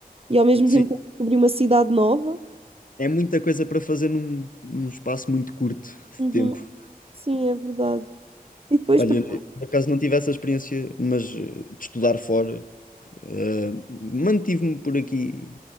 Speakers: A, on the right (about 40°); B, on the left (about 60°).
A: e ao mesmo
B: sim.
A: tempo queres descobrir uma cidade nova.
B: É muita coisa para fazer num, num espaço muito curto de
A: Uhum.
B: tempo.
A: Sim, é verdade. E depois,
B: Olha,
A: porque
B: eu, por acaso não tive essa experiência, mas eh, de estudar fora, eh, mantive-me por aqui